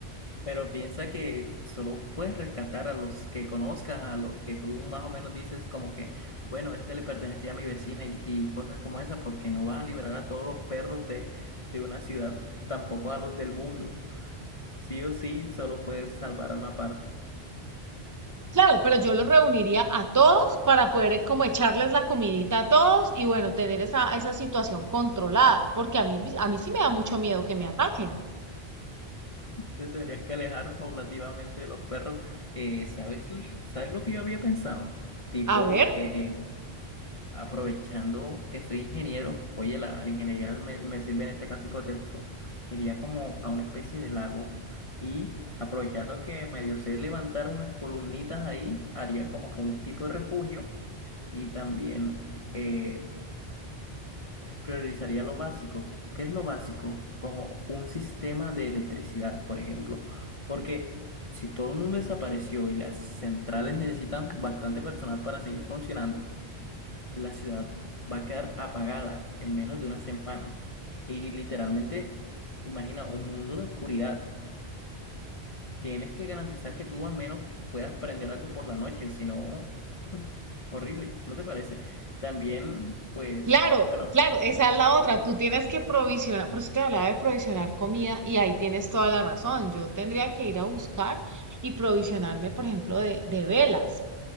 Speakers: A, on the left; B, on the right.
A: pero piensa que solo puedes rescatar a los que conozcas, a los que tú más o menos dices como que, bueno, este le pertenecía a mi vecina y, y cosas como esa, porque no vas a liberar a todos los perros de, de una ciudad, tampoco a los del mundo. Sí o sí, solo puedes salvar a una parte.
B: Claro, pero yo los reuniría a todos para poder eh, como echarles la comidita a todos y bueno, tener esa, esa situación controlada, porque a mí, a mí sí me da mucho miedo que me ataquen.
A: Te tendrías que alejar paulativamente de los perros. Eh, ¿sabes, l- sabes lo que yo había pensado? Tipo,
B: A ver.
A: eh, aprovechando que soy ingeniero, oye, la, la ingeniería me, me sirve en este caso hipotético, me iría como a una especie de lago y aprovechando que medio sé levantar unas columnitas ahí, haría como que un tipo de refugio y también... eh, priorizaría lo básico. ¿Qué es lo básico? Como un sistema de electricidad, por ejemplo. Porque si todo el mundo desapareció y las centrales necesitan bastante personal para seguir funcionando, la ciudad va a quedar apagada en menos de una semana. Y literalmente, imagina un mundo de oscuridad. Tienes que garantizar que tú al menos puedas prender algo por la noche, o si no, <laughs> horrible, ¿no te parece? También, pues,
B: Claro,
A: bueno.
B: claro, esa es la otra. Tú tienes que provisionar, por eso te hablaba de provisionar comida y ahí tienes toda la razón. Yo tendría que ir a buscar y provisionarme, por ejemplo, de, de velas